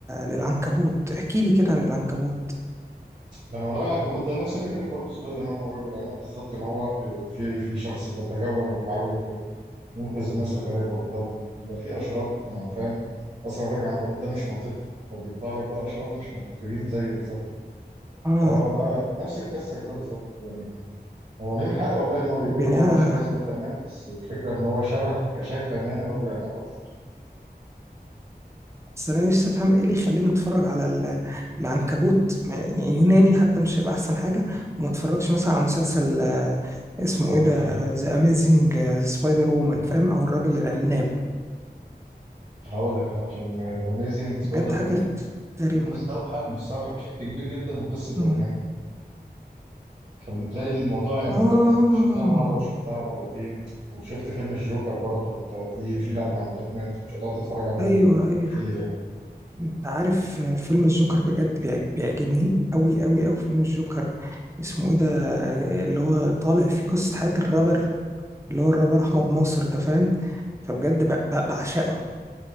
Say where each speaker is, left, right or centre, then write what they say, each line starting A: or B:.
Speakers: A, on the right; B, on the right.
A: للعنكبوت احكي لي كده عن العنكبوت
B: ده انا ورايا العنكبوت ده نفس فكره برضه سبايدر مان ورجل العناب بالظبط ان هو آه، في في شخص بيتجول وبيحاول ينقذ الناس الغلابه وكده وبيبقى في اشرار يعني فاهم اصلا الراجل العنكبوت ده مش منطقي فبيطلع لك بقى اشرار مش منطقيين زيه بالظبط
A: اه
B: فهو بقى نفس القصه كده بالظبط يعني هو ليهم حق والله ان هو يقولوا
A: طب يعني
B: ان هو
A: أنا
B: شبه سبايدر مان بس الفكره ان هو شبه كشكلا يعني رجل عناب اكتر
A: بس انا نفسي افهم ايه اللي يخليني اتفرج على ال- العنكبوت يعني يوناني حتى مش هيبقى احسن حاجه وما اتفرجش مثلا على مسلسل آه، اسمه
B: الرجل
A: ايه ده
B: عناب
A: ذا اميزنج سبايدر وومن فاهم او الراجل العناب
B: هقول لك انا عشان ذا اميزنج سبايدر
A: بجد حاجه
B: وومن
A: غريبه
B: ده مستوحى مستوحى بشكل كبير جدا من قصه باتمان
A: مم.
B: فتلاقي الموضوع يعني
A: اه
B: خلاص انت شفتها مره وشفتها مرتين وشفت فيلم الجوكر برضه فانت في في لمحه من باتمان فمش هتقعد تتفرج عليه
A: ايوه ايوه
B: كتير يعني
A: انت عارف آه، فيلم الجوكر بجد بيعج- بيعجبني قوي قوي قوي فيلم الجوكر اسمه ايه ده آه، اللي هو طالع فيه قصه حياه الرابر اللي هو الرابر احمد ناصر ده فاهم فبجد ب- ب- بعشقه